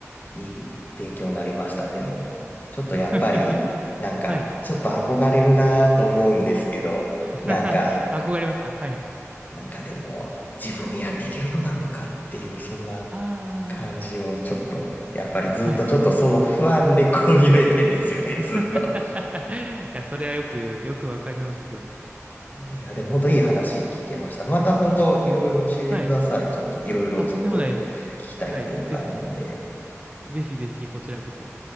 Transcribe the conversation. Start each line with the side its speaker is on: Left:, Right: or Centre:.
Left: いい勉強になりました、でも。ちょっとやっぱり、
Right: <laughs>
Left: なんか、
Right: はい。
Left: ちょっと憧れるなと思うんですけど、
Right: <laughs>
Left: なんか、
Right: 憧れますかはい。
Left: なんかでも、自分にやっていけるのだろうかっていう、そんな
Right: あ
Left: 感じをちょっと、やっぱりずっとちょっとその不安でこう揺れてんですよね、
Right: あ、はいはい。<laughs>
Left: <laughs> ずっと。
Right: いや、それはよく、よくわかりますよ。
Left: いや、でも本当いい話聞けました。また本当いろいろ教えてください。
Right: はい。
Left: ちょっといろいろちょっと聞きたいこといっぱいあるんで。
Right: あ、とんでもないです。はい。ぜひ、ぜひぜひ、こちらこそ。